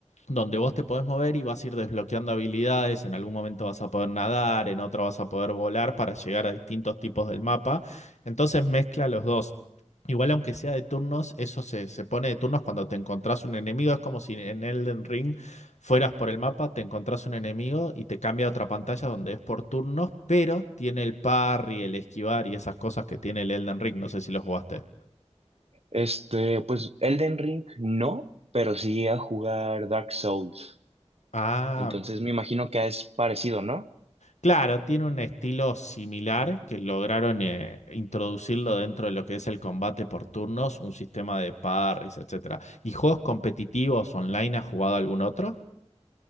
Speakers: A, on the left; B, on the right.
A: donde vos te podés mover y vas a ir desbloqueando habilidades, en algún momento vas a poder nadar, en otro vas a poder volar para llegar a distintos tipos del mapa. Entonces mezcla los dos. Igual aunque sea de turnos, eso se, se pone de turnos cuando te encontrás un enemigo, es como si en Elden Ring Fueras por el mapa, te encontrás un enemigo y te cambia a otra pantalla donde es por turnos, pero tiene el parry, el esquivar y esas cosas que tiene el Elden Ring. No sé si lo jugaste.
B: Este, pues Elden Ring no, pero sí a jugar Dark Souls.
A: Ah,
B: Entonces me imagino que es parecido, ¿no?
A: claro, tiene un estilo similar que lograron eh, introducirlo dentro de lo que es el combate por turnos, un sistema de parries, etcétera. ¿Y juegos competitivos online has jugado algún otro?